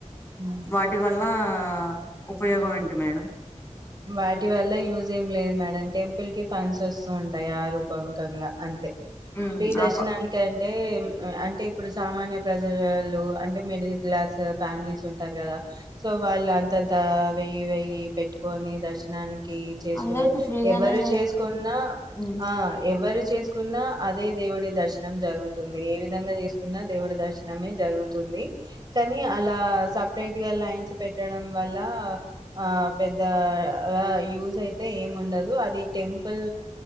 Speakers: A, on the right; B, on the left.
A: మ్,
B: వాటి వల్ల. ఆ ఉపయోగం ఏంటి మేడం.
A: వాటి వల్ల యూజ్ ఏం లేదు మేడం. టెంపుల్ కి ఫండ్స్ వస్తూ ఉంటాయి. ఆ రూపకంగా అన్
B: ఉమ్
A: ఫ్రీ దర్శనానిక్
B: ఆప
A: అంటే. అంటే ఇప్పుడు సామాన్య ప్రజలలు అంటే మిడిల్ క్లాస్ ఫ్యామిలీస్ ఉంటారు కదా, సో వాళ్ళు అంతంత వెయ్యి వెయ్యి పెట్టు. కొని దర్శనానిక్. కి చేసుకునే
B: అందరికి ఫ్రీగానే
A: ఎవరు చేసుకున్నా,
B: ఉమ్
A: ఆ ఎవరు చేస్. కున్నా అదే దేవుడి దర్శనం జరుగుతుంది. ఏ విధంగా చేసుకున్నా దేవుడి దర్శనమే జరుగుతుంది, కానీ అలా సపరేట్ గా లైన్స్ పెట్టడం వల్ల ఆ పెద్ద ఆ యూజ్ అయితే ఏం ఉండదు. అది టెంపుల్